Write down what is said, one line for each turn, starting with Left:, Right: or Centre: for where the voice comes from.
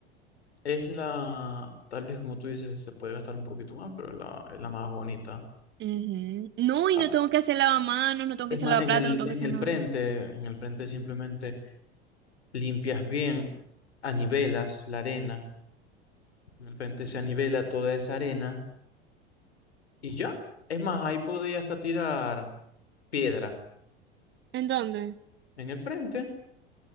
Left: Es la, tal vez como tú dices, se puede gastar un poquito más, pero la, es la más bonita.
Right: Ujú. No, y
Left: Ah,
Right: no tengo que hacer lavamanos, no tengo
Left: es
Right: que hacer
Left: más,
Right: lavaplatos,
Left: en el,
Right: no tengo
Left: en
Right: que hacer
Left: el
Right: nada
Left: frente,
Right: de eso.
Left: en el frente simplemente limpias bien, anivelas la arena, en el frente se anivela toda esa arena y ya. Es más, ahí podía hasta tirar piedra.
Right: ¿En dónde?
Left: En el frente